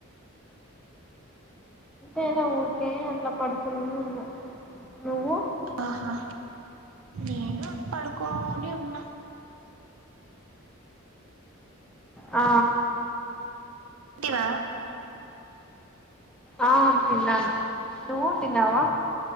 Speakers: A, in the centre; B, on the right.
A: ఏంలే ఊరికే అట్లా పడుకుని ఉన్నా నువ్వు
B: ఆహా నేను పడుకోని ఉన్న
A: ఆ
B: టివా
A: ఆ తిన్నాను నువ్వు తిన్నావా